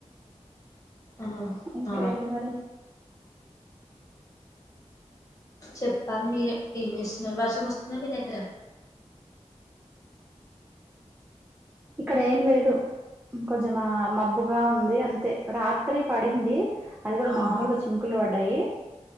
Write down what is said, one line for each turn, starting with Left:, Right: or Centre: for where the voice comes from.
Left: ఆ
Right: ఇంకా
Left: ఆ
Right: ఎంటి మరి
Left: చెప్పాల్ మీరే ఏం చేస్తున్నారు, వర్షం వస్తుందా మీ దగ్గర?
Right: ఇక్కడ ఏం లేదు కొంచెం మబ్బుగా ఉంది అంతే రాత్రి పడింది అది కూడా
Left: ఆహా
Right: మామలుగా చినుకులు పడ్డాయి